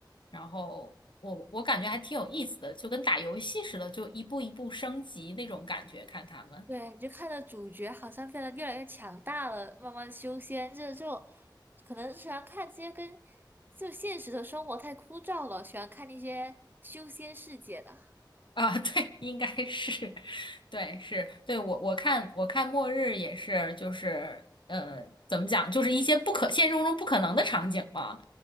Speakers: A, on the left (about 75°); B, on the right (about 25°).
A: 然后我我感觉还挺有意思的，就跟打游戏似的，就一步一步升级那种感觉，看他们。
B: 对，你就看到主角好像变得越来越强大了，慢慢修仙，这就可能喜欢看这些跟就现实的生活太枯燥了，喜欢看那些修仙世界的。
A: <laughs> 啊，对，应该是，<laughs> 对，是，对，我我看我看末日也是，就是呃，怎么讲，就是一些不可现实中不可能的场景嘛，